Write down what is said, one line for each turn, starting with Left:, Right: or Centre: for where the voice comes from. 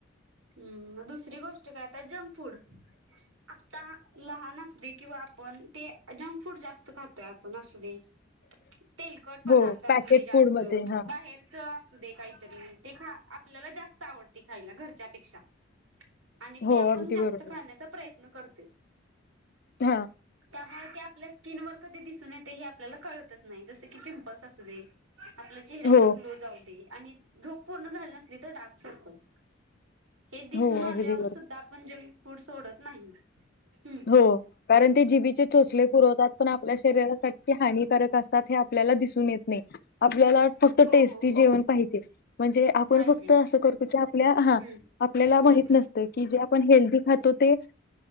Right: हम्म दुसरी गोष्ट <unintelligible> फूड आत्ता लहान असूदे किंवा आपण ते जंक फूड जास्त खातोय आपण असू दे तेलकट पदार्थ
Left: हो
Right: असू
Left: पॅकेट
Right: दे जास्त
Left: फूड मध्ये हां.
Right: बाहेरच काहीतरी ते खा आपल्याला जास्त आवडते खायला घरच्यापेक्षा आणि
Left: हो
Right: ते आपण
Left: अगदी
Right: जास्त
Left: बरोबर.
Right: खाण्याचा प्रयत्न करतोय
Left: हा
Right: त्यामुळे ते आपल्या स्किन वर कधी दिसून येते हे आपल्याला कळतच नाही जसं की पिंपल्स असू दे आपल्या चेहऱ्याचा
Left: हो.
Right: ग्लो जाऊ दे. आणि झधोप पूर्ण झा. तिथ डाकतस. हे दिसून
Left: हो
Right: आल्यावर
Left: अगदी बरोबर.
Right: सुद्धा आपण जाऊ. फूड सोडत नाही. हम्म
Left: हो कारण ते जीबचे चोचले पुरवतात पण आपल्या शरीरासाठी हानिकारक असतात हे आपल्याला दिसून येत. म अ आप. आपल्याला फक्त
Right: हो
Left: टेस्टी
Right: हो हो
Left: जेवण पाहिजे. म्हणजे आपण
Right: पाहिजे
Left: फक्त असं करतो की आपल्या हा
Right: हम्म
Left: आपल्याला माहित
Right: हम्म
Left: नसतं की जे आपण हेल्दीी खातो ते.